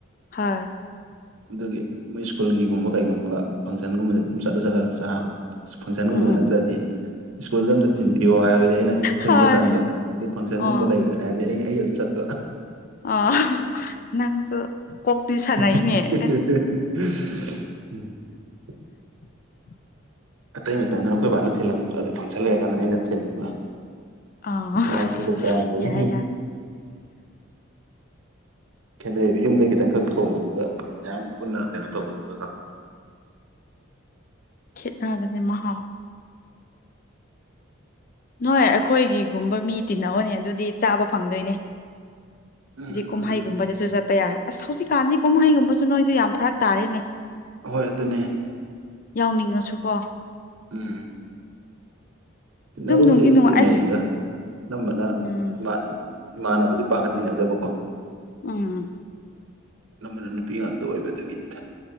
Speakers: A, on the left; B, on the right.
A: ꯍꯣꯏ
B: ꯑꯗꯨꯒꯤ ꯃꯣꯏ ꯁ꯭ꯀꯨꯜꯒꯤꯒꯨꯝꯕ ꯀꯩꯒꯨꯝꯕ ꯐꯪꯁꯟꯒꯨꯝꯕꯗ ꯑꯗꯨꯝ ꯆꯠꯂ ꯆꯠꯂꯒ ꯆꯥꯕ ꯐꯪꯁꯟꯒꯨꯝꯕꯗ
A: ꯎꯝ ꯎꯝ
B: ꯅꯠꯇ꯭ꯔꯗꯤ ꯁ꯭ꯀꯨꯜꯗ ꯑꯝꯇ ꯊꯤꯟꯕꯤꯌꯣ ꯍꯥꯏꯕꯗꯤ ꯑꯩꯅ ꯊꯤꯟꯕ
A: ꯍꯣꯏ
B: ꯇꯟꯕ ꯑꯗꯨ ꯐꯪꯁꯟꯒꯨꯝꯕ
A: ꯑꯣ
B: ꯂꯩꯕꯗꯅꯦ ꯍꯥꯏꯗꯤ ꯑꯩꯒꯤ ꯑꯩ ꯑꯗꯨꯝ ꯆꯠꯣ
A: ꯑꯣ ꯅꯪꯁꯨ ꯀꯣꯛꯇꯤ
B: ꯍꯥ
A: ꯁꯥꯟꯅꯩꯅꯦ
B: ꯍꯥ
A: ꯑꯦ
B: ꯍꯥ ꯍꯥ ꯎꯝ
A: <inaudible>
B: ꯑꯇꯩ ꯃꯇꯝꯗꯅ ꯑꯩꯈꯣꯏ ꯕꯥꯅ ꯊꯤꯜꯍꯟꯕ ꯑꯗ ꯐꯪꯁꯟ ꯂꯩꯔꯀꯥꯟꯗꯅ ꯑꯩꯅ ꯊꯤꯟꯕ
A: ꯑꯥꯎ
B: ꯆꯥꯕ ꯊꯛꯄ ꯄꯥꯝꯕꯒꯤ
A: ꯌꯥꯏ ꯌꯥꯏ
B: ꯈꯦꯠꯅꯩꯕ ꯌꯨꯝꯗ ꯈꯤꯇꯪꯈꯛ ꯊꯣꯡꯕꯗꯨꯒ ꯃꯌꯥꯝ ꯄꯨꯟꯅ ꯀꯩꯅꯣ ꯇꯧꯕꯗꯨꯒ
A: ꯈꯦꯠꯅꯕꯅꯦ ꯃꯍꯥꯎ ꯅꯣꯏ ꯑꯩꯈꯣꯏꯒꯤꯒꯨꯝꯕ ꯃꯤ ꯇꯤꯅꯧꯅꯦ ꯑꯗꯨꯗꯤ ꯆꯥꯕ ꯐꯪꯗꯣꯏꯅꯦ
B: ꯎꯝ
A: ꯀꯨꯨꯝꯍꯩꯒꯨꯝꯕꯗꯁꯨ ꯆꯠ ꯇꯌꯔ ꯑꯁ ꯍꯧꯖꯤꯛꯀꯥꯟꯗꯤ ꯀꯨꯝꯍꯩꯒꯨꯝꯕꯁꯨ ꯅꯣꯏꯁꯨ ꯌꯥꯝ ꯐꯔꯛ ꯇꯥꯔꯦꯅꯦ
B: ꯍꯣꯏ ꯑꯗꯨꯅꯦ
A: ꯌꯥꯎꯅꯤꯡꯉꯁꯨ ꯀꯣ
B: ꯎꯝ ꯇꯤꯅꯕꯕꯨꯗꯤ
A: ꯅꯨꯡꯗꯤ
B: ꯑꯗꯨꯝ
A: ꯅꯨꯡꯉꯥꯏ
B: ꯇꯤꯟꯅꯩꯗ
A: ꯑꯁ
B: ꯑꯅꯝꯕꯅ
A: ꯎꯝ
B: ꯏꯃꯥꯟ ꯏꯃꯥꯟꯅꯕꯗꯤ ꯄꯥꯛꯅ ꯇꯤꯟꯅꯗꯕ
A: ꯎꯝ
B: ꯑꯅꯝꯕꯅ ꯅꯨꯄꯤ ꯉꯥꯛꯇ ꯑꯣꯏꯕ ꯑꯗꯨꯒꯤꯅꯤꯗ